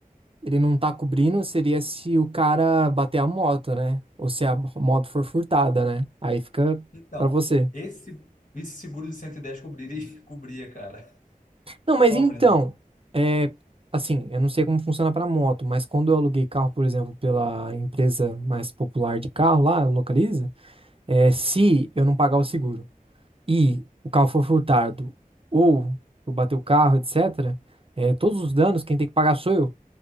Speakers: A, on the right (about 40°); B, on the left (about 60°).
A: ele não tá cobrindo seria se o cara bater a moto, né? Ou se a moto for furtada, né? Aí fica
B: então,
A: pra você.
B: esse, esse seguro de 110 cobriria, <laughs> cobria, cara.
A: Não, mas
B: Cobre,
A: então,
B: né?
A: é, assim, eu não sei como funciona pra moto, mas quando eu aluguei carro, por exemplo, pela empresa mais popular de carro lá, Localiza, é, se eu não pagar o seguro e o carro for furtado ou eu bater o carro, etc., é, todos os danos quem tem que pagar sou eu,